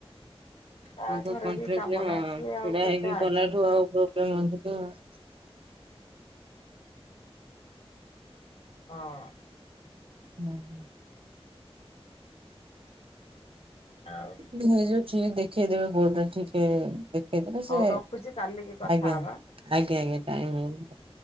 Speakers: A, on the left; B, on the right.
A: ତା
B: ହ ତ
A: ଘରେ
B: କଠଥିଲେ
A: ବି କାମ
B: ହଁ
A: ନା ସିଏ ଆଉ
B: ଛିଡା
A: କେତେ
B: ହେଇକି
A: ଆସିବ
B: ଗଲାଠୁ ଆଉ ଗ ମୁ <unintelligible>
A: ହଁ।
B: ହୁଁ।
A: ଆଉ।
B: ହେଇଯାଉଛିଠିକ ଦେଖେଇଦବେ ଗୋଟା ଟିକେ?
A: ହଉ
B: ସେ
A: ରଖୁଛି କାଲିକି କଥା
B: ଆଜ୍ଞା
A: ହବା।
B: ଆଜ୍ଞା ଟାଇମ ହଉ।